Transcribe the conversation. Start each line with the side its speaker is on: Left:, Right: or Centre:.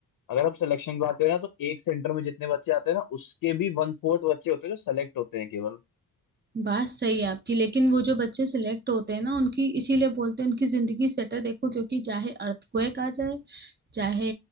Left: अगर हम सिलेक्शन की बात करें ना तो एक सेंटर में जितने बच्चे आते हैं ना उसके भी वन फोर्थ बच्चे होते हैं जो सेलेक्ट होते हैं केवल
Right: बात सही है आपकी लेकिन वो जो बच्चे सिलेक्ट होते हैं ना उनकी इसीलिए बोलते हैं उनकी जिंदगी सेट है देखो क्योंकि चाहे अर्थक्वेक आ जाए चाहे